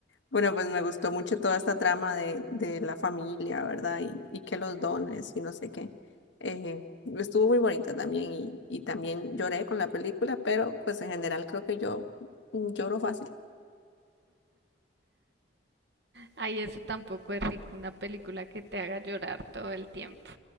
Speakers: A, on the left; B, on the right.
A: Bueno, pues me gustó mucho toda esta trama de, de la familia, ¿verdad? Y, y que los dones y no sé qué. Eh, estuvo muy bonita también y, y también lloré con la película, pero pues en general creo que yo mm, lloro fácil.
B: Ay, eso tampoco es rico, una película que te haga llorar todo el tiempo.